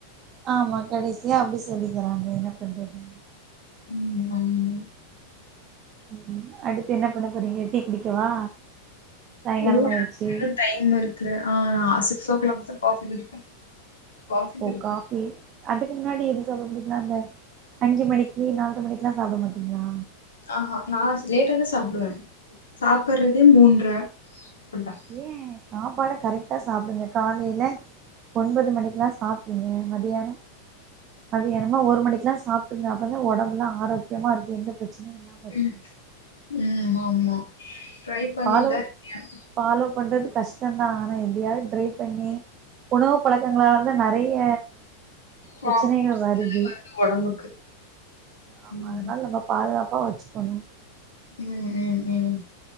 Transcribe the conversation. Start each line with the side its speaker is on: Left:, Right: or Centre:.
Right: ஆமா கடசியா அப்டி சொல்லிக்கிறாங்க என்ன பண்றது
Left: ம் ம்
Right: ம் அடுத் ப்ப என்ன பண்ண போறீங்க டீ குடிக்கவா சாயங்காலம்
Left: இருங்க
Right: ஆயிருச்சு
Left: இன்னு டைமுருக்குற ஆ ஆச சிக்ஸ் ஒ கிளாக் தா காஃபி குடிப்பேன் காஃபி
Right: ஓ
Left: குடிப்பேன்
Right: காஃபி அதுக்கு முன்னாடி இது சமப்பீங்லா அந்த அஞ்சு மணிக்கி நால்ற மணிக்கெல்லா சாப்பட மாட்டீங்ளா
Left: ஆஹா நா லேட்டா தா சாப்புடுவே சாப்புட்றதே மூன்ற <inaudible>
Right: ஏ சாப்பாட கரெக்டா சாப்டுங்க காலைல ஒன்பது மணிக்குல்லா சாப்ட்ருங்க மத்தியானம் மத்தியா ம்மா ஒரு மணிக்கக்குல்லாம் சாப்ட்ருங்க அப்ப தான் ஒடம்புல்லா ஆரோக்கியமா இருக்கு எந்த பிரச்சனையு இல்லாம இருக்கு
Left: ம் ம் ஆமா ட்ரை பண்ணிட்டு
Right: ஃபாலோ
Left: தான் இருக்கேன்
Right: ஃபாலோ பண்றது கஷ்டந்தா ஆனா எப்டியாது ட்ரை பண்ணி உணவு பழக்கங்களா இல்ல நெறைய
Left: ப்ராப்ளம்ஸ்
Right: பிரச்சனைகள் வருது
Left: உடம்புக்கு
Right: ஆமா
Left: ம்.
Right: அதனால் நம்ம பாதுகாப்பு வாட்ச் பண்ணும்
Left: ம் ம் ம்